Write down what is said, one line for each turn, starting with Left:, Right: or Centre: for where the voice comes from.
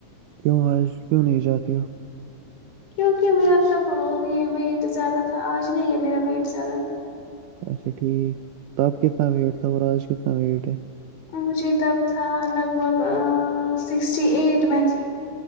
Right: آ کیوں نہیں جاتی ہو
Left: کیونکہ میرا تب یہ ویٹ زیادہ تھا آج نہیں ہے میرا ویٹ زیادہ
Right: اچھا ٹھیک تب کتنا ویٹ تھا اور آج نٹ <unintelligible>
Left: مجھے تب تھا الگ لگ بھگ سکسٹی ایٹ میتھی